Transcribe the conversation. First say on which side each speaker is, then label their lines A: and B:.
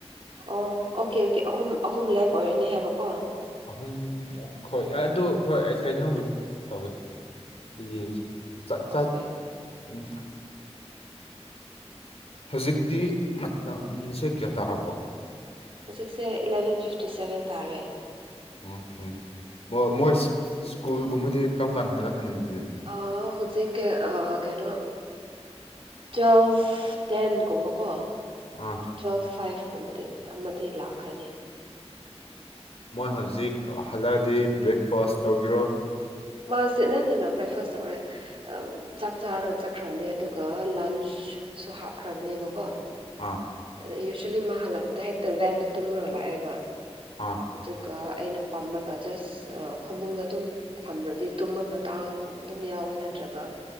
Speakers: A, on the right; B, on the left.
A: ꯑꯣ ꯑꯣꯀꯦ ꯑꯣꯀꯦ ꯑꯍꯨꯝ ꯑꯍꯨꯝ ꯂꯦꯞ ꯑꯣꯏꯔꯅꯤ ꯍꯥꯏꯕꯀꯣ
B: ꯑꯍꯨꯝ ꯍꯣꯏ ꯑꯗꯨ ꯍꯣꯏ ꯑꯩ ꯀꯩꯅꯣꯕꯨꯗꯤ ꯇꯧꯒꯦ ꯑꯗꯨ ꯌꯦꯡꯁꯦ
A: ꯑꯣꯀꯦ
B: ꯆꯠ ꯎꯝ ꯍꯧꯖꯤꯛꯇꯤ ꯃꯇꯝꯁꯦ ꯀꯌꯥ ꯇꯥꯔꯕꯣ
A: ꯍꯧꯖꯤꯛꯁꯦ ꯏꯂꯕꯦꯟ ꯐꯤꯐꯇꯤ ꯁꯕꯦꯟ ꯇꯥꯔꯦ
B: ꯑꯣꯀꯦ ꯃꯣꯏ ꯁ꯭ꯀꯨꯜꯒꯨꯝꯕꯗꯤ ꯀꯔꯝ ꯀꯥꯟꯗ ꯍꯜꯂꯛꯀꯅꯤ ꯑꯗꯨꯗꯤ
A: ꯑ ꯍꯧꯖꯤꯛ ꯀꯦ ꯀꯩꯅꯣ ꯇ꯭ꯋꯦꯜꯐ ꯇꯦꯟꯒꯨꯝꯕꯀꯣ
B: ꯑ
A: ꯇ꯭ꯨꯋꯦꯜ ꯐꯥꯏ꯭ꯚ ꯀꯨꯝꯕꯗꯤ ꯑꯃꯗꯤ ꯂꯥꯛꯈꯔꯅꯤ
B: ꯃꯣꯏ ꯍꯧꯖꯤꯛ ꯍꯜꯂꯛꯑꯗꯤ ꯕ꯭ꯔꯦꯛꯐꯥꯁ꯭ꯠ ꯇꯧꯒꯗꯔꯣ
A: ꯃꯥꯁꯦ ꯅꯠꯇꯦ ꯕ꯭ꯔꯦꯛꯐꯥꯁ ꯇꯧꯔꯦꯏ ꯆꯥꯛ ꯆꯥꯔꯒ ꯆꯠꯈ꯭ꯔꯕꯅꯦ ꯑꯗꯨꯒ ꯂꯟꯁꯁꯨ ꯍꯥꯞꯈ꯭ꯔꯕꯅꯦꯕꯀꯣ
B: ꯑꯥ
A: ꯑꯗ ꯌꯨꯖ꯭ꯋꯦꯂꯤ ꯃꯥ ꯍꯜꯂꯛꯄꯗ ꯍꯦꯛꯇ ꯚꯦꯟꯗ ꯇꯨꯝꯔꯒ ꯂꯥꯛꯑꯦꯕ
B: ꯑꯥ
A: ꯑꯗꯨꯒ ꯑꯩꯅ ꯄꯥꯝꯂꯒ ꯖꯁ ꯐꯃꯨꯡꯗ ꯑꯗꯨꯝ ꯐꯝꯔꯗꯤ ꯇꯨꯝꯕ ꯃꯇꯥꯡ ꯑꯗꯨꯝ ꯌꯥꯎꯋꯦ ꯅꯠꯇ꯭ꯔꯒ